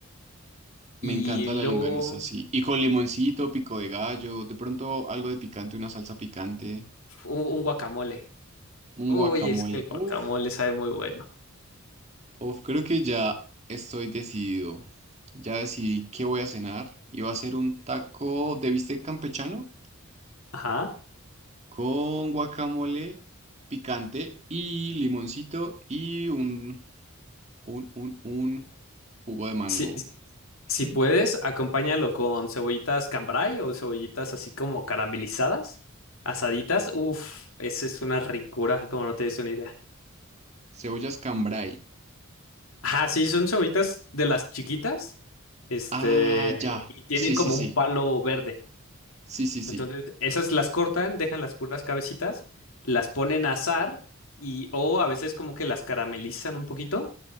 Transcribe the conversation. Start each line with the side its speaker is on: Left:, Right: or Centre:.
Left: Y
Right: Me encanta la
Left: luego
Right: longaniza,
Left: un,
Right: sí. Y con limoncito, pico de gallo, de pronto algo de picante, una salsa picante,
Left: un guacamole.
Right: un
Left: Uy,
Right: guacamole.
Left: es que el guacamole
Right: Uf,
Left: sabe muy bueno.
Right: uf, creo que ya estoy decidido. Ya decidí qué voy a cenar. Y va a ser un taco de bistec campechano
Left: Ajá.
Right: con guacamole picante y limoncito y un, un, un, un jugo de mango.
Left: sí
Right: <laughs>
Left: Si puedes, acompáñalo con cebollitas cambray o cebollitas así como caramelizadas, asaditas. Uf, esa es una ricura, como no tienes una idea.
Right: Cebollas cambray.
Left: Ajá, sí, son cebollitas de las chiquitas, este,
Right: Ah, ya.
Left: y tienen
Right: Sí,
Left: como
Right: sí, sí.
Left: un palo verde.
Right: Sí, sí, sí.
Left: Entonces, esas las cortan, dejan las puras cabecitas, las ponen a asar y o a veces como que las caramelizan un poquito